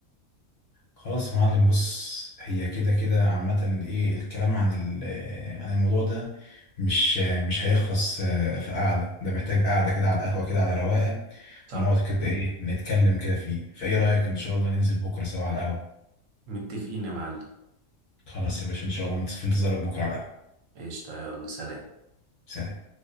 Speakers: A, on the left; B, on the right.
A: خلاص يا معلم بص هي كده كده عامة ايه الكلام عن ال- عن الموضوع ده مش مش هيخلص آه، في قعدة ده محتاج قعدة كده على القهوة كده على رواقة
B: صح
A: ونقعد كده ايه نتكلم كده فيه فايه رأيك ان شاء الله ننزل بكرة سوا على القهوة
B: متفقين يا معلم
A: خلاص يا باشا ان شاء الله في انتظارك بكرة على القهوة
B: قشطة يلا سلام
A: سلام